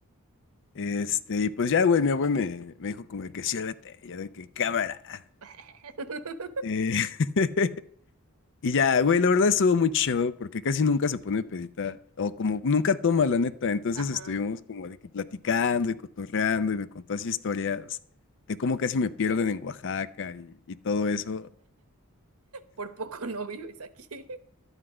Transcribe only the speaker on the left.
Este, y pues ya, güey, mi abuelo me, me dijo como de que siérvete, ya de que cámara.
Eh, <laughs> y ya, güey, la verdad estuvo muy chido porque casi nunca se pone pedita, o como nunca toma, la neta. Entonces
estuvimos como de que platicando y cotorreando y me contó así historias de cómo casi me pierden en Oaxaca y, y todo eso.